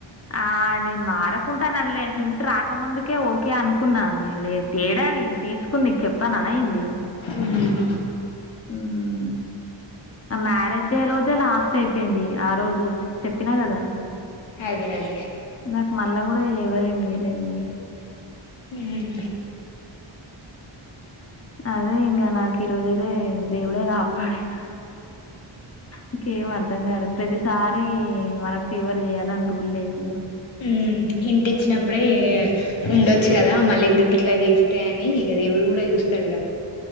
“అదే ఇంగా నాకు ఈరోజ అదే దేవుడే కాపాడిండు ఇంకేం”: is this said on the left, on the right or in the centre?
Left